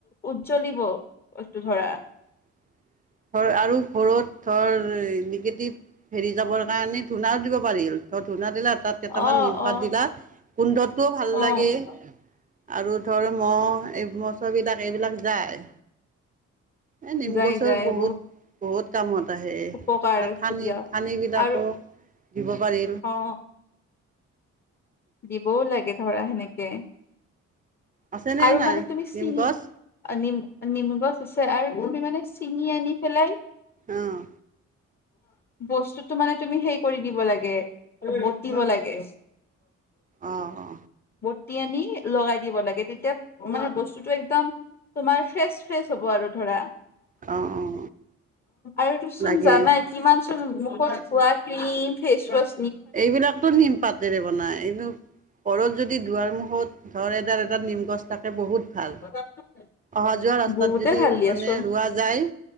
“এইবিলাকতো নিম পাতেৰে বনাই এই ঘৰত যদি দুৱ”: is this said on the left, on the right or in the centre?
Right